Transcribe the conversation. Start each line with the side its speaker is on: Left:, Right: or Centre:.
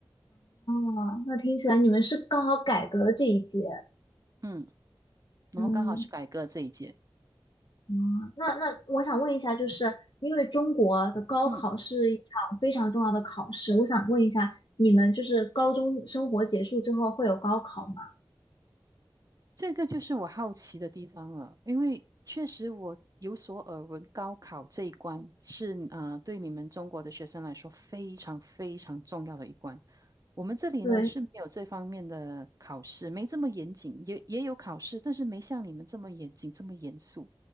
Left: 哦，那听起来你们是刚好改革了这一届。
Right: 嗯，我们刚好是改革这一届。
Left: 嗯嗯，那那我想问一下，就是因为中国的高考是一场非常重要的考试，
Right: 嗯。
Left: 我想问一下，你们就是高中生活结束之后会有高考吗？
Right: 这个就是我好奇的地方了，因为确实我有所耳闻，高考这一关是啊、呃对你们中国的学生来说非常非常重要的一关。我们这里呢是没有这方面的考试，
Left: 对，
Right: 没这么严谨，也也有考试，但是没像你们这么严谨，这么严肃。